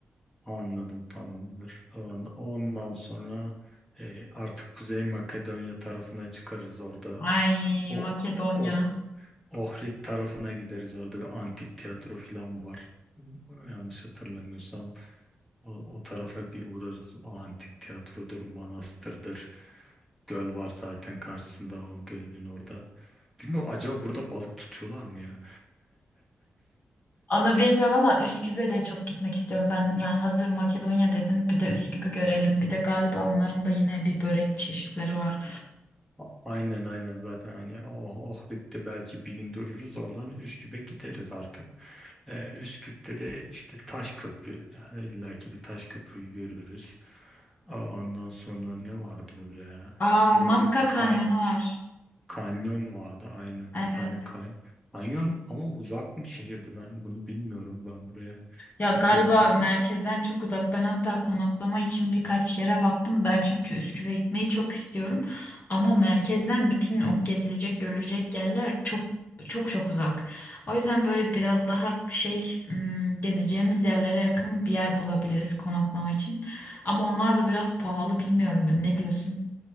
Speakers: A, in the centre; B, on the left (about 40°).
A: Anladım tamamdır. On- Ondan sonra e, artık Kuzey Makedonya tarafına çıkarız orada.
B: ay
A: O
B: Makedonya
A: oh, Ohrid tarafına gideriz. Orada bir antik tiyatro falan var. Yanlış hatırlamıyorsam o, o tarafa bir uğrarız. O antik tiyatrodur, manastırdır. Göl var zaten karşısında o gölün orada. Bilmiyorum acaba burada balık tutuyorlar mı ya?
B: Onu bilmiyorum ama Üsküp'e de çok gitmek istiyorum ben. Yani hazır Makedonya dedin bir de Üsküp'ü görelim. Bir de galiba onların da yine bir börek çeşitleri var.
A: <laughs> Aynen aynen zaten hani oh, Ohrid'de belki bir gün dururuz oradan Üsküp'e gideriz artık. Ee, Üsküp'te de işte taş köprü yani illaki bir taş köprüyü görürüz. Aa, ondan sonra ne vardı burada ya?
B: Aa
A: Burada
B: Matka
A: da bir
B: Kanyonu
A: kay
B: var.
A: kanyon vardı aynen
B: Evet.
A: bir tane kay. Kanyon ama uzak mı şehirdi ben bunu bilmiyorum ben buraya
B: Ya galiba
A: gitmedim.
B: merkezden çok uzak. Ben hatta konaklama için birkaç yere baktım. Ben çünkü Üsküp'e gitmeyi çok istiyorum. Ama merkezden bütün o gezilecek, görülecek yerler çok çok çok uzak. O yüzden böyle biraz daha şey hmm, gezeceğimiz yerlere yakın bir yer bulabiliriz konaklama için. Ama onlar da biraz pahalı bilmiyorum ya. Ne diyorsun?